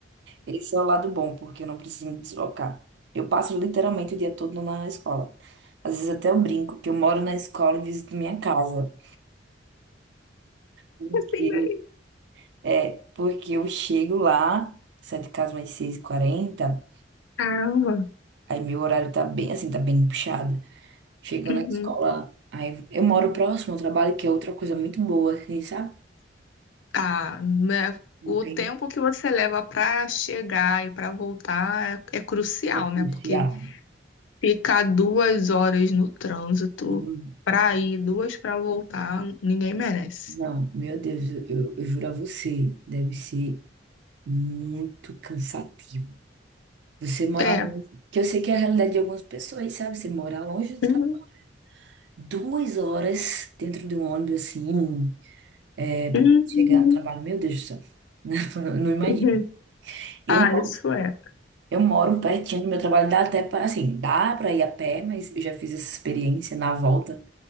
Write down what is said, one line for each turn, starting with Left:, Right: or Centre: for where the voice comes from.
Right: Esse é o lado bom, porque eu não preciso me deslocar. Eu passo literalmente o dia todo na escola. Às vezes até eu brinco que eu moro na escola e visito minha casa. Porque,
Left: Assim, né?
Right: é, porque eu chego lá, saio de casa mais seis h 40
Left: Caramba.
Right: aí meu horário tá bem, assim, tá bem puxado. Chego
Left: Uhum.
Right: na escola, aí eu moro próximo ao trabalho, que é outra coisa muito boa, assim, sabe?
Left: Ah, né?
Right: Não
Left: O
Right: tem
Left: tempo que você leva para chegar e para voltar é, é crucial,
Right: é policial.
Left: né? Porque ficar duas horas no trânsito
Right: Não,
Left: para ir, duas para voltar, ninguém merece.
Right: não, meu Deus, eu, eu juro a você, deve ser muito cansativo. Você morar
Left: É.
Right: longe, que eu sei que é a realidade de algumas pessoas, sabe? Você morar longe do trabalho,
Left: Uhum. <laughs>
Right: duas horas dentro de um ônibus assim, é, para
Left: Uhum.
Right: chegar no trabalho, meu Deus do céu, <laughs> não, não imagino.
Left: Uhum.
Right: Eu,
Left: Ah,
Right: mo-
Left: isso é.
Right: eu moro pertinho do meu trabalho, dá até para, assim, dá para ir a pé, mas eu já fiz essa experiência na volta.